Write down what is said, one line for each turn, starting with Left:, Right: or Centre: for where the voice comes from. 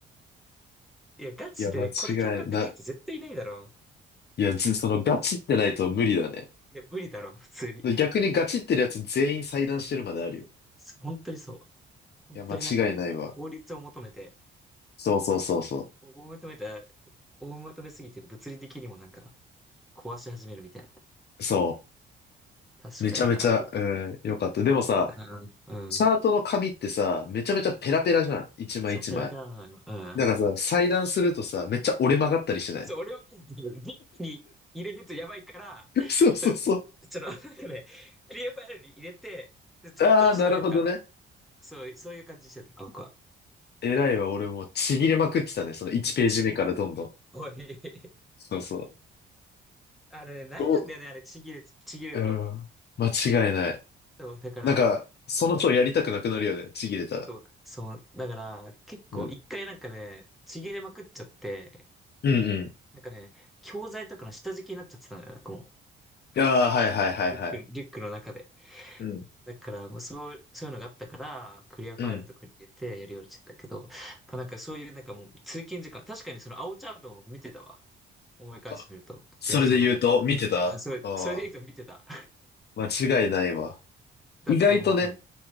Centre: いや、ガチで、
Left: いや、間違いな。
Centre: これ共感できる人絶対いないだろ
Left: いや、ず、その、ガチってないと無理だね。
Centre: う。いや、無理だろう、普通に。
Left: 逆にガチってるやつ全員裁断してるまであるよ。
Centre: そう本当にそう。本当になんか、
Left: いや、間違いないわ。
Centre: 効率を求めて、
Left: そうそうそうそ
Centre: を求めた、を求めすぎて物理的にもなんか、壊し始めるみたいな。
Left: う。そ
Centre: 確かにな。
Left: う。めちゃめちゃ、うん、よかった。でもさ、
Centre: やってたな。うん。
Left: チャートの紙ってさ、めちゃめちゃペラペラじゃん。一枚一枚。
Centre: そう、ペラペラなのよ。うん。
Left: だからさ、裁断するとさ、めっちゃ折れ曲がったりしない
Centre: 俺、そう、俺は、リップに入れるとやばいから、
Left: <laughs> そうそうそ
Centre: それ、その、なんかね、クリアファイルに入れて、でちゃんとしたなんか、
Left: う。ああ、なるほどね。
Centre: そう、そういう感じしてた、この子は。
Left: 偉いわ、俺もうちぎれまくってたね。その1ページ目からどんどん。
Centre: <laughs> おい、
Left: そうそう。
Centre: あれね、なえるんだよね、
Left: どう、
Centre: あれ、ちぎれ、ちぎれると。
Left: うん。間違いない。
Centre: そう、だから、
Left: なんか、その人やりたくなくなるよね。ちぎれたら。
Centre: そう、そう、だから、結構一回なんかね、
Left: うん。
Centre: ちぎれまくっちゃって、
Left: うんう
Centre: なんかね、教材とかの下敷きになっちゃってたのよ、なんかも
Left: ん。ああ、はいはいはいはい。
Centre: う、リュックの、リュックの中で。
Left: うん。
Centre: だから、もうそう、そういうのがあったから、クリアファイルとかに入れてやるようにしてたけど、
Left: うん。
Centre: やっぱなんかそういうなんかもう通勤時間、確かにその青チャートを見てたわ。思い返してみると、
Left: あそれで言うと、
Centre: 電車の中。
Left: 見てたああ
Centre: あ、それ、それでいいと見てた。
Left: ー、間違いないわ。
Centre: だってもう、
Left: 意外とね、
Centre: うん。